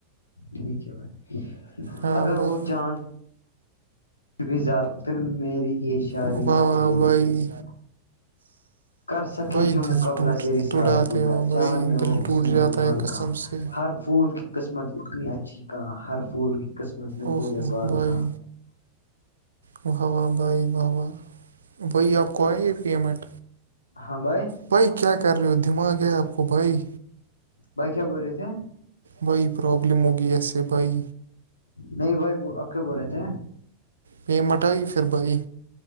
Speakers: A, on the left; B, on the right.
A: ٹھیک ہے بھائی
B: ہاں
A: اگر
B: بھائی
A: وہ چاند ک بھی زیادر میری یہ شاعری
B: واہ
A: اس
B: واہ
A: کو بھیچ
B: بھائی
A: دین گا کر سکے
B: بھائی
A: جو
B: دل
A: مقابلہ
B: ٹوٹ
A: تیری
B: توڑاتے
A: سادگی
B: ہو
A: کا
B: بھائی
A: چاند میں
B: دل
A: وہ حسن
B: ٹوٹ
A: ہے
B: جاتا
A: جمال
B: قسم
A: کہاں
B: سے
A: ہر پھول کی قسمت اتنی اچھی کہاں ہر پھول کی قسمت میں
B: اوہ
A: تیرے بال
B: بھائی
A: کہاں
B: واہ واہ بھائی واہ واہ بی آپ کو آئے یہ پیمنٹ
A: ہاں بھائی
B: بھائی کیا کر رہے ہو دماغ ہے آپ کو بھائی
A: بھائی کیا بول رہے تھے
B: بھائی پرابلم ہوگی اس سے بھائی
A: نہیں بھائی اب کیا بول رہے تھے
B: پی مٹ آئی پھر بھائی